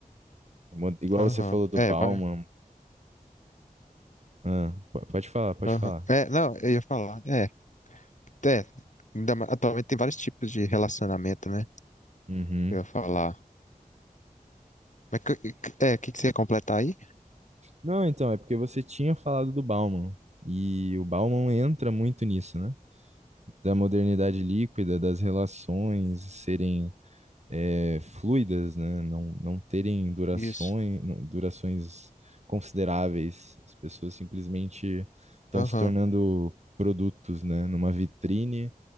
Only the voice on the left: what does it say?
Aham.
É,
vai.
Aham.
É, não, eu ia falar. É, é. Ainda ma- Atualmente tem vários tipos de relacionamento, né?
Eu ia falar. Mas que- que- É, o que, que você ia completar aí?
Isso.
Aham,